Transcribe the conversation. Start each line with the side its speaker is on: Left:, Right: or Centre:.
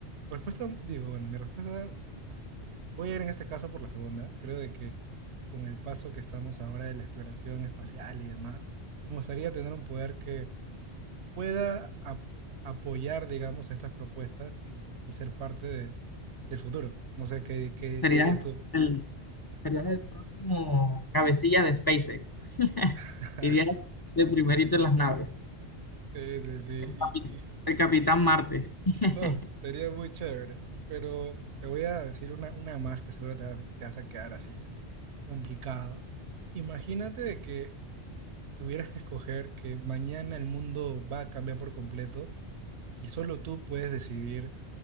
Right: respuesta, digo, bueno, mi respuesta, no. Voy a ir en este caso por la segunda. Creo de que con el paso que estamos ahora de la exploración espacial y demás, me gustaría tener un poder que pueda ap- apoyar, digamos, estas propuestas y, y ser parte de- del futuro. No sé, ¿qué, qué,
Left: Serías
Right: qué dirías tú?
Left: el, serías el próximo cabecilla de SpaceX. <laughs>
Right: <laughs>
Left: Irías de primerito en las naves.
Right: Sí, sí, sí.
Left: Capi-
Right: Y,
Left: El Capitán
Right: y- y-
Left: Marte. <laughs>
Right: oh, sería muy chévere. Pero te voy a decir una, una más que seguro te vas, te vas a quedar así complicado. Imagínate de que tuvieras que escoger que mañana el mundo va a cambiar por completo y solo tú puedes decidir,